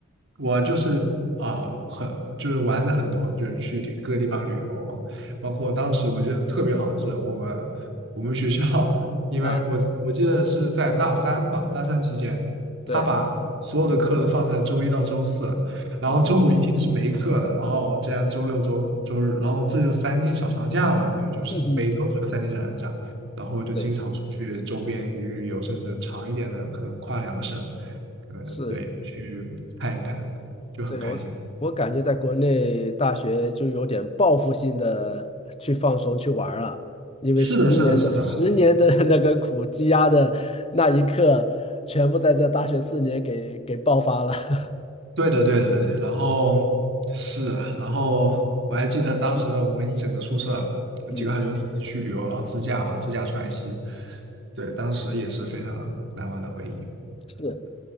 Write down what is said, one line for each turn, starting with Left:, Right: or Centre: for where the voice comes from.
Right: 我就是啊、很就是玩的很多，就是去地各个地方旅游嘛。包括当时我记得特别好的是，我们我们学校，因为我我记得是在大三吧，
Left: 啊，
Right: 大三期间，他把所有的课都放在周一到周四，
Left: 对，
Right: 然后周五一天是没课的，
Left: 哦，
Right: 然后这样周六周周日，然后这就三天小长假嘛，等于就是每周都有三天小长假，
Left: <laughs>
Right: 然后就经常出去周边旅旅游，
Left: 对，
Right: 甚至长一点的可能跨两个省，可能对去看一看。
Left: 是。
Right: 就很开心。
Left: 对，我我感觉在国内大学就有点报复性的去放松去玩儿了，
Right: 是的，
Left: 十年的十年的
Right: 是的，是的，
Left: <laughs> 那个苦积压的那一刻，全部在这大学四年给给爆发了。<laughs>
Right: 对的，对的，对的。然后是啊然后我还记得当时我们一整个宿舍几个好兄弟一起去旅游，
Left: 嗯，
Right: 然后自驾嘛，自驾川西。对，当时也是非常难忘的回忆。
Left: 是。